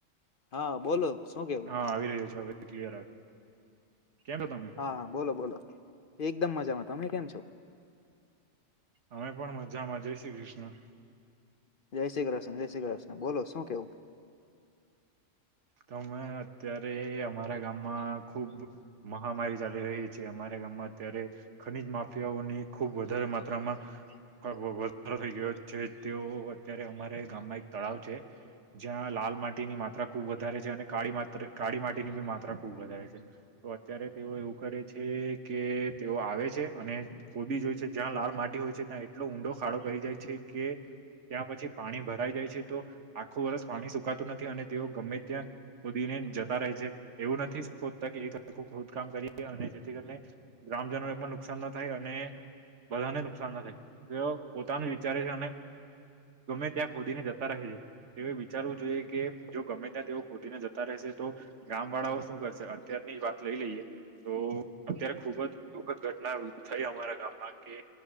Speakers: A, on the left (about 50°); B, on the right (about 70°).
A: હા બોલો શું કેવું?
B: હા આવી રહ્યો છે હવે ક્લિયર આવે કેમ છો તમે
A: હા હા બોલો બોલો એકદમ મજામાં તમે કેમ છો?
B: અમે પણ મજામાં જય શ્રી કૃષ્ણ.
A: જય શ્રી કૃષ્ણ જય શ્રી કૃષ્ણ બોલો શું કેવું?
B: તમે અત્યારે અમારા ગામમાં ખુબ મહામારી ચાલી રહી છે, અમારા ગામમાં અત્યારે ખનીજ માફિયાઓ ઓની ખુબ વધારે માત્રામાં અ વ વધારો થઈ ગયો છે, તેઓ અત્યારે અમારે ગામમાં એક તળાવ છે, જ્યાં હાલ માટીની માત્રા ખુબ વધારે છે અને કાળી માત્ર કાળી માટીની બી માત્રા ખુબ વધારે છે તો અત્યારે તેઓ એવું કરે છે. કે તેઓ આવે છે અને કોદી જોય છે જ્યાં લાલ માટી હોય છે ત્યાં એટલો ઊંડો ખાડો કરી જાય છે. કે ત્યાં પછી પાણી ભરાઈ જાય છે તો આખું વર્ષ પાણી સુકાતું નથી અને તેઓ ગમે ત્યાં ખોદીને જતા રહે છે એવું નથી શોતા કે એક આખું ખોદકામ કરીએ અને જેથી કરીને ગ્રામજનોને એ પણ નુકસાન ના થાય અને બધાને નુકસાન ના થાય તેઓ પોતાનું વિચારે છે અને ગમે ત્યાં ખોદીને જતા રહે છે તે વિચારવું જોઈએ કે જો ગમે અ તેઓ ખોદીને જતા રહેશે તો ગામ વાળાઓ શું કરશે અત્યારની જ વાત લઈ લઈએ તો અત્યારે ખુબ જ દુઃખદ ઘટના થઈ અમારા ગામમાં કે